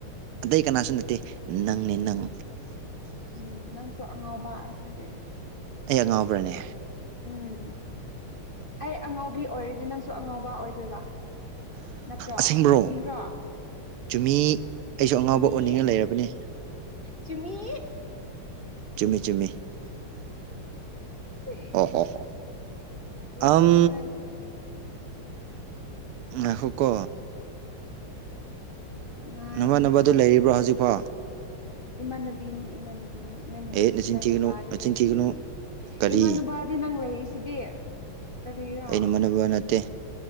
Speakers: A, on the right (about 85°); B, on the left (about 40°).
A: ꯑꯇꯩ ꯀꯅꯥꯁꯨ ꯅꯠꯇꯦ ꯅꯪꯅꯦ ꯅꯪ
B: ꯎꯝ ꯅꯪꯁꯨ ꯑꯉꯥꯎꯕ ꯑꯗꯨꯗꯤ
A: ꯑꯩ ꯑꯉꯥꯎꯕ꯭ꯔꯅꯦ
B: ꯎꯝ ꯑꯩ ꯑꯉꯥꯎꯕꯤ ꯑꯣꯏꯔꯤꯗꯤ ꯅꯪꯁꯨ ꯑꯉꯥꯎꯕ ꯑꯣꯏꯗꯣꯏꯕ ꯅꯠꯇ꯭ꯔꯣ
A: ꯑꯁꯦꯡꯕ꯭ꯔꯣ
B: ꯆꯨꯝꯗ꯭ꯔꯣ
A: ꯆꯨꯝꯃꯤ ꯑꯩꯁꯨ ꯑꯉꯥꯎꯕ
B: ꯑꯗꯨꯅꯤ
A: ꯑꯣꯟꯅꯤꯡꯉ ꯂꯩꯔꯕꯅꯦ
B: ꯆꯃꯤ
A: ꯆꯨꯝꯃꯤ ꯆꯨꯝꯃꯤ
B: ꯁꯤꯁ
A: ꯍꯣ ꯍꯣ ꯍꯣ
B: ꯌꯥꯔꯦꯍꯦ
A: ꯑꯝ
B: ꯅꯪꯁꯦ
A: ꯉꯥꯏꯈꯣꯀꯣ
B: ꯉꯥꯏꯒꯦ
A: ꯅꯃꯥꯟꯅꯕꯗꯨ
B: ꯉꯥꯏꯒꯦ
A: ꯂꯩꯔꯤꯕ꯭ꯔꯣ ꯍꯧꯖꯤꯛꯐꯥꯎ
B: ꯏꯃꯥꯟꯅꯕꯤꯅꯦ ꯏꯃꯥꯟꯅꯕꯤ ꯅꯦ ꯃꯦ
A: ꯑꯦ ꯅꯆꯤꯟ
B: ꯃꯦꯅ
A: ꯊꯤꯒꯅꯨ
B: ꯕꯥꯗ
A: ꯅꯆꯤꯟ
B: ꯂꯩꯇ
A: ꯊꯤꯒꯅꯨ ꯀꯔꯤ
B: ꯢꯃꯥꯟꯅ ꯕꯥ ꯑꯗꯨꯗꯤ ꯅꯪ ꯂꯩꯔꯤꯁꯤꯗꯤ ꯀꯔꯤꯔꯥ
A: ꯑꯩ ꯅꯃꯥꯟꯅꯕ ꯅꯠꯇꯦ